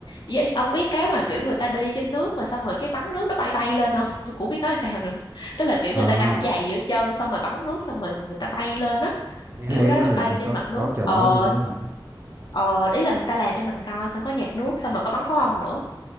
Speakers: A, on the left; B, on the right.
A: dạ, ông biết cái mà kiểu người ta đi trên nước mà xong rồi cái bắn nước nó bay bay lên không <laughs> tôi cũng biết nói sao nữa tức là kiểu
B: à
A: người ta gắn giày giữa chân xong rồi bắn nước xong rồi người ta bay lên á
B: nghe
A: kiểu
B: hay
A: đó
B: quá vậy
A: bay trên
B: có
A: mặt nước
B: có trò
A: ờ
B: đó luôn đó hả
A: ờ ý là người ta làm cho mình coi xong có nhạc nước xong rồi có bắn pháo hông nữa